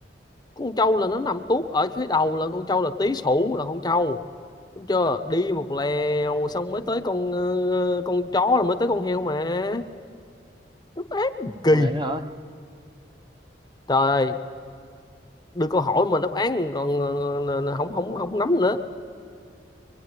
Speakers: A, on the left (about 25°); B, on the right (about 25°).
A: con trâu là nó nằm tuốt ở phía đầu là con trâu là tý sủ là con trâu đúng chưa đi một lèo xong mới tới con ờ, con chó là mới tới con heo mà đáp án kỳ
B: ủa vậy hả
A: trời ơi, đưa câu hỏi mà đáp án còn ờ, là- không không không nắm nữa